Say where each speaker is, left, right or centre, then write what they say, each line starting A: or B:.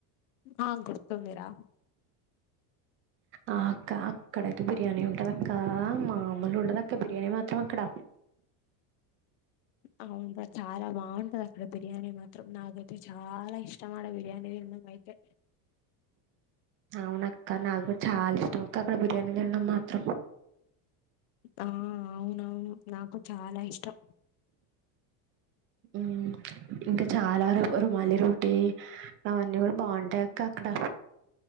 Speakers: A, on the left (about 70°); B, on the right (about 30°).
A: ఆ గుర్తుందిరా
B: ఆ అక్క అక్కడైతే బిర్యానీ ఉంటదక్క మామూలు ఉండదు అక్క బిర్యానీ మాత్ త్రమక్కడ
A: అవును రా చాలా బాగుంటది అక్కడ బిర్యానీ మాత్రం నాకైతే చాలా ఇష్టం ఆడ బిర్యానీ తినడం అయితే
B: అవునక్క నాకు కూడా చాలా ఇష్టం అక్క అక్కడ బిర్యానీ తినడం మాత్రం
A: ఆ అవునవు నాకు చాలా ఇష్టం
B: మ్మ్ ఇంకా చాలా ర రుమాలి రో టీ అవన్నీ కూడ బాగుంటాయక్క అక్కడ